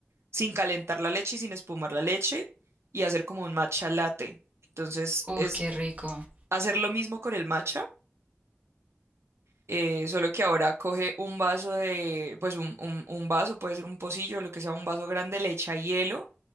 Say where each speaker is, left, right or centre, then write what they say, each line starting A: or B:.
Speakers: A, on the right (about 80°); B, on the right (about 35°).
A: sin calentar la leche y sin espumar la leche y hacer como un matcha latte. Entonces
B: Uf,
A: es
B: qué rico.
A: hacer lo mismo con el matcha, eh, solo que ahora coge un vaso de, pues un, un, un vaso, puede ser un pocillo, lo que sea, un vaso grande, le echa hielo